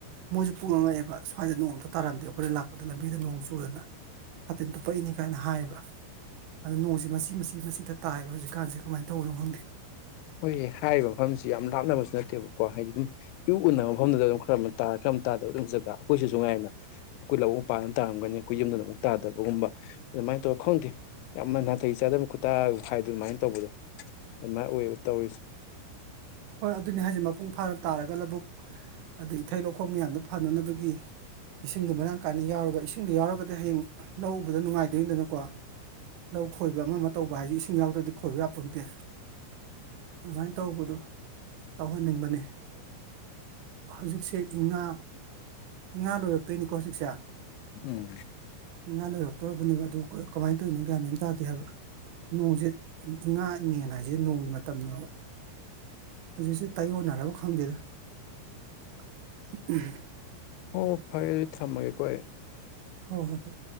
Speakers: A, on the right; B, on the left.
A: ꯃꯣꯏꯁꯨ ꯄꯨꯡꯉꯛꯑꯦꯕ ꯁ꯭ꯋꯥꯏꯗ ꯅꯣꯡ ꯑꯝꯇ ꯇꯥꯔꯝꯗꯦ ꯑꯩꯈꯣꯏꯅ ꯂꯥꯛꯄꯗ ꯂꯝꯕꯤꯗ ꯅꯣꯡ ꯆꯨꯗꯅ ꯁꯥꯇꯤꯟ ꯇꯨꯞꯄꯛꯏꯅꯤ ꯀꯥꯏꯅ ꯍꯥꯏꯌꯦꯕ ꯑꯗꯨꯗ ꯅꯣꯡꯁꯤ ꯃꯁꯤ ꯃꯁꯤ ꯃꯁꯤꯗ ꯇꯥꯏꯑꯦꯕ ꯍꯧꯖꯤꯛ ꯀꯥꯟꯁꯦ ꯀꯃꯥꯏꯅ ꯇꯧꯕꯅꯣ ꯈꯪꯗꯦ
B: ꯑꯩꯈꯣꯏꯒꯤ ꯍꯥꯏꯔꯤꯕ ꯃꯐꯝꯁꯤ ꯌꯥꯝ ꯂꯥꯞꯅꯕꯁꯨ ꯅꯠꯇꯦꯕ ꯀꯣ ꯍꯥꯏꯗꯤ ꯑꯗꯨꯝ ꯌꯨ ꯎꯅꯕ ꯃꯐꯝꯗꯨꯗ ꯑꯗꯨꯝ ꯈꯔ ꯇꯥꯔ ꯈꯔ ꯑꯃ ꯇꯥꯗꯕ ꯑꯗꯨꯝ ꯖꯒꯥ ꯑꯩꯈꯣꯏꯁꯨ ꯉꯥꯏꯅ ꯑꯩꯈꯣꯏ ꯂꯧ ꯃꯄꯥꯥꯟ ꯑꯃ ꯇꯥꯔꯝꯒꯅꯤ ꯑꯩꯈꯣꯏ ꯌꯨꯝꯗ ꯑꯃꯨꯛ ꯇꯥꯗꯕꯒꯨꯝꯕ ꯑꯗꯨꯃꯥꯏꯅ ꯇꯧꯔꯒ ꯈꯪꯗꯦ ꯌꯥꯝꯅ ꯅꯥꯇꯩꯩ ꯆꯥꯗꯕ ꯈꯨꯠꯇꯒ ꯍꯥꯏꯗꯣ ꯑꯗꯨꯃꯥꯏꯅ ꯇꯧꯕꯗꯣ ꯑꯗꯨꯃꯥꯏꯅ ꯑꯣꯏꯌꯦꯕ ꯇꯧꯔꯤꯁꯦ
A: ꯍꯣꯏ ꯑꯗꯨꯅꯦ ꯍꯥꯏꯁꯦ ꯃꯄꯨꯡ ꯐꯥꯔ ꯇꯥꯔꯒ ꯂꯧꯕꯨꯛ ꯑꯗ ꯏꯊꯩ ꯂꯧꯈꯣꯡ ꯃꯌꯥꯝꯗꯣ ꯐꯥꯅꯅꯕꯒꯤ ꯏꯁꯤꯡꯗꯣ ꯃꯔꯥꯡ ꯀꯥꯏꯅ ꯌꯥꯎꯔꯒ ꯏꯁꯤꯡꯗꯣ ꯌꯥꯎꯔꯒꯗꯤ ꯍꯌꯦꯡ ꯂꯧ ꯎꯕꯗ ꯅꯨꯡꯉꯥꯏꯗꯣꯏꯅꯤꯗꯅꯀꯣ ꯂꯧ ꯈꯣꯏꯕ ꯑꯃ ꯑꯃ ꯇꯧꯕ ꯍꯥꯏꯁꯤ ꯏꯁꯤꯡ ꯌꯥꯎꯗ꯭ꯔꯗꯤ ꯈꯣꯏꯕ ꯌꯥ ꯄꯣꯟꯇꯦ ꯑꯗꯨꯃꯥꯏꯅ ꯇꯧꯕꯗꯨ ꯇꯧꯍꯟꯅꯤꯡꯕꯅꯦ ꯑ ꯍꯧꯖꯤꯛꯁꯦ ꯏꯉꯥ ꯏꯉꯥ ꯂꯣꯏꯔꯛꯇꯣꯏꯅꯤꯀꯣ ꯍꯧꯖꯤꯛꯁꯦ
B: ꯎꯝ
A: ꯉꯥꯗꯣ ꯂꯣꯏꯔꯛꯇꯧꯔꯕꯅꯦꯕ ꯑꯗꯨ ꯀꯃꯥꯏꯅ ꯇꯧꯔꯤꯅꯣ ꯀ꯭ꯌꯥ ꯃꯌꯥꯝ ꯇꯥꯗꯦ ꯍꯥꯏꯕ꯫ ꯅꯣꯡꯁꯦ ꯏꯉꯥ ꯏꯉꯦꯟ ꯍꯥꯏꯁꯦ ꯅꯣꯡꯒꯤ ꯃ ꯇꯝꯅꯦꯕ ꯍꯧꯛꯁꯨ ꯇꯥꯏꯌꯣꯟꯅꯔꯕ ꯈꯪꯗꯦꯗ꯫ <unintelligible>
B: ꯑꯣ ꯐꯔꯦ ꯑꯗꯨꯗꯤ ꯊꯝꯃꯒꯦꯀꯣ ꯑꯩ꯫
A: ꯍꯣꯏ ꯍꯣꯏ ꯍꯣꯏ꯫